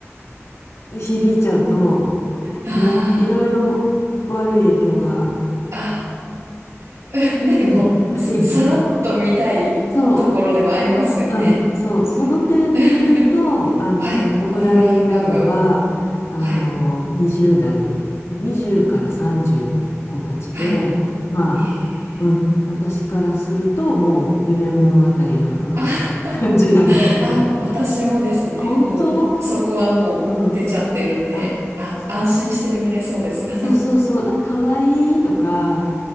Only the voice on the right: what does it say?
あ
あ、あ <laughs> なんかこう、
ささらっと見たいところでもありますよね。
<laughs>
はい。
オフラインラブ。
はい。
はい。
えー
あ、
あ、
私もですね。
もう、そこはもう出ちゃってるんで、
あ、
安心して見れそうです。<laughs> あ